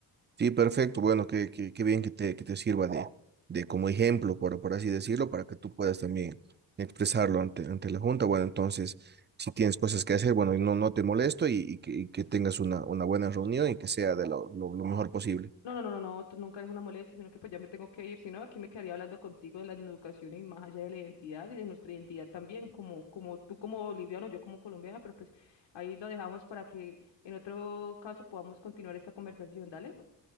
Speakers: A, on the right; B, on the left.
A: Sí, perfecto. Bueno, qué, qué, qué bien que te, que te sirva de, de como ejemplo, por, por así decirlo, para que tú puedas también expresarlo ante, ante la Junta. Bueno, entonces, si tienes cosas que hacer, bueno, y no, no te molesto y, y que, y que tengas una, una buena reunión y que sea de lo, lo, lo mejor posible.
B: No, no, no, no, no, tú nunca eres una molestia, sino que pues ya me tengo que ir, si no, aquí me quedaría hablando contigo de la educación y más allá de la identidad y de nuestra identidad también, como, como tú como boliviano, yo como colombiana, pero pues ahí lo dejamos para que en otro caso podamos continuar esta conversación, dale.